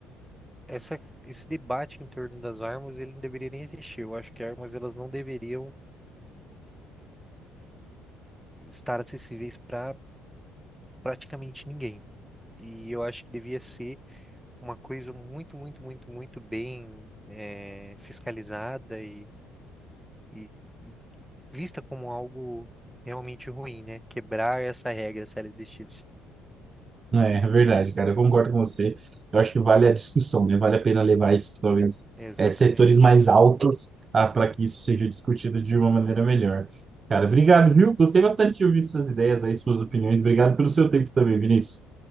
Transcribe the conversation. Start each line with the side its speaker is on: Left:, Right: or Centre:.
Centre: essa, esse debate em torno das armas, ele não deveria nem existir. Eu acho que armas, elas não deveriam estar acessíveis para praticamente ninguém. E eu acho que devia ser uma coisa muito, muito, muito, muito bem eh, fiscalizada e, e- e vista como algo realmente ruim, né? Quebrar essa regra se ela existisse.
Right: é, é verdade, cara. Eu concordo com você. Eu acho que vale a discussão, né? Vale a pena levar isso, talvez,
Centre: Exatamente.
Right: é, setores mais altos, ah, para que isso seja discutido de uma maneira melhor. Cara, obrigado, viu? Gostei bastante de ouvir suas ideias aí, suas opiniões. Obrigado pelo seu tempo também, Vinícius.